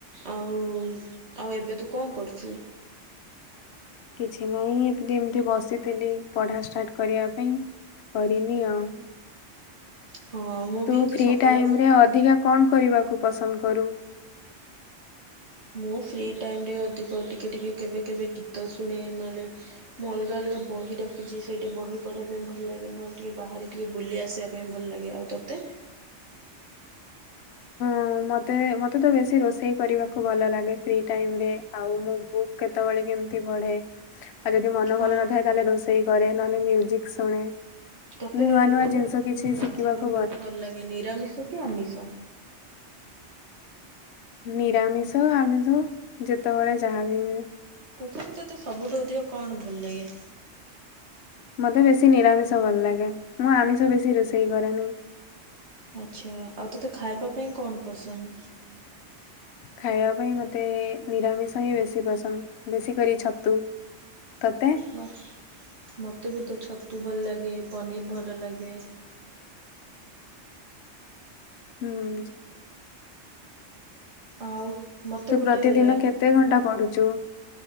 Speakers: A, on the right (about 65°); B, on the left (about 65°).
A: ଆଉ ଆଉ ଏବେ ତୁ କଣ କରୁଚୁ?
B: କିଛି ନାହିଁ ଏମତି ଏମିତି ବସିଥିଲି ପଢା ଷ୍ଟାର୍ଟ କରିବା ପାଇଁ। କରିନି ଆଉ।
A: ହଁ ମୁଁ ବି
B: ତୁ
A: ଆଜି
B: ଫ୍ରି
A: ସକାଳୁ
B: ଟାଇମରେ ଅଧିକା କଣ କରିବାକୁ ପସନ୍ଦ କ କରୁ
A: ମୁଁ ଫ୍ରି ଟାଇମରେ ଅଧିକ ଟିକେ ଟିକେ କେବେ କେବେ ଗୀତ ଶୁଣେ ନହେଲେ ମୁଁ ଅଲଗା ଅଲଗା ବହି ରଖିଚି ସେଇଠି ବହି ପଢିବା ପାଇଁ ଭଲ ଲାଗେ, ନହେଲେ ଟିକେ ବାହାରେ ଟିକେ ବୁଲି ଆସିବା ପାଇଁ ଭଲଲାଗେ, ଆଉ ତୋତେ?
B: ହଁ ମତେ ମତେ ତ ବେଶୀ ରୋଷେଇ କରିବାକୁ ଭଲଲାଗେ ଫ୍ରି ଟାଇମରେ ଆଉ ମୁଁ ବୁକ୍ କେତବେଳେ କେମତି ପଢେ, ଆଉ ଯଦି ମନ ଭଲ
A: ଆଉ
B: ନଥାଏ ତାହେଲେ ରୋଷେଇ କରେ, ନହେନେ ମ୍ୟୁଜିକ୍ ଶୁଣେ।
A: ତତେ
B: ନୂଆ ନୂଆ
A: କୋଉ
B: ଜିନିଷ
A: ଖାଦ୍ୟ
B: କିଛି
A: ରାନ୍ଧିବା
B: ଶିଖିବାକୁ
A: ପାଇଁ ବହୁତ ଭଲ ଲାଗେ ନିରାମିଷ କି ଆମିଷ?
B: ନିରାମିଷ ଆମିଷ ଯେତେବେଳେ ଯାହାବି ହୁଏ।
A: ପୃଥିବି ତତେ ସବୁଠୁ ଅଧିକ କଣ ଭଲ ଲାଗେ?
B: ମୋତେ ବେଶୀ ନିରାମିଷ ଭଲ ଲାଗେ। ମୁଁ ଆମିଷ ବେଶୀ ରୋଷେଇ କରେନି।
A: ଆଚ୍ଛା ଆଉ ତୋତେ ଖାଇବା ପାଇଁ କଣ ପସନ୍ଦ?
B: ଖାଇବା ପାଇଁ ମତେ ନିରାମିଷ ହିଁ ବେଶୀ ପସନ୍ଦ। ବେଶୀକରି ଛତୁ ତତେ
A: ବା ମୋତେ ବି ଦେ ଛତୁ ଭଲ ଲାଗେ ପନିର୍ ଭଲ ଲାଗେ
B: ହୁଁ।
A: ଆଉ। ମୋତେ
B: ତୁ ପ୍ରତିଦିନ
A: ଗୋଟେ
B: କେତେ ଘଣ୍ଟା ପଢୁଛୁ?